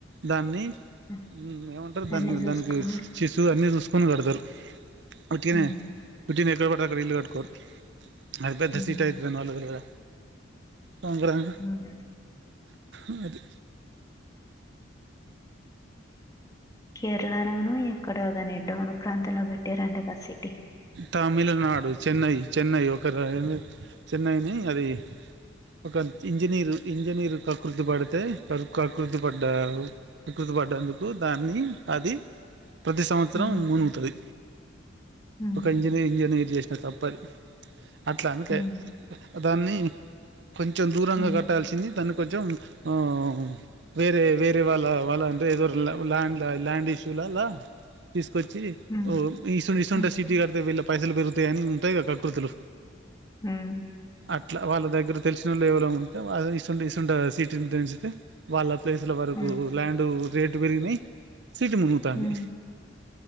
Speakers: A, on the right; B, on the left.
A: దాన్ని మ్మ్
B: ఉమ్.
A: ఎమ దన్
B: అన్ని చూసుకుని
A: దానికి శిశు అన్నీ చూసుకొని కడతారు ఉట్టిగనే
B: ఉమ్,
A: ఉట్టినే <unintelligible> ఇల్లు కట్టుకోరు అది పెద్ద
B: ఉమ్,
A: సిటీ అయితదని వాళ్ళ తెల్వద సంద్రంగ
B: ఉమ్.
A: ఊ అది
B: కేరళలోనో ఎక్కడో కానిడ్ డౌను ప్రాంతంలో పెట్టారంట కసి టి
A: తమిళనాడు చెన్నై చెన్నై ఒక రా చెన్నైని అది ఒక ఇంజనీరు ఇంజనీరు కకృతి పడితే క కకృతి పడ్డా కకృతి పడ్డందుకు దాన్ని అది ప్రతి సంవత్సరం
B: ఉమ్,
A: మునుగుతది
B: ఉమ్,
A: ఒక ఇంజినీర్ ఇంజనీర్ చేసిన తప్పది అట్ల అందికె
B: ఉమ్,
A: దాన్ని కొంచెం దూరంగ
B: ఉమ్,
A: కట్టాల్సింది తను కొంచెం ఆ వేరే వేరే వాల్ల వాళ్ళ అంటె ఏదొ ల్యాండ్ ల్యాండ్ ఇష్యూ ల ల తీస్ ఒచ్చి
B: ఉమ్,
A: ఓ ఇస్సునిస్ సెవెన్
B: ఉమ్,
A: టెస్ తిద్ది కడితే వీళ్ళక్ పైసల్ పెరుగుతయని ఉంటయ్ గద కకృతులు.
B: ఉమ్
A: అట్ల వాళ్ళ దగ్గర తెలిసినొళ్ళు ఎవరొ ఉంటే, వాళ్ ఇసుంట ఇసుంట సిటీని పెంచితే వాళ్ళ ప్లేసుల వరకూ
B: ఉమ్,
A: ల్యాండూ రేటు పెరిగినయ్. సీటి మునుగుతాంది.
B: ఉమ్,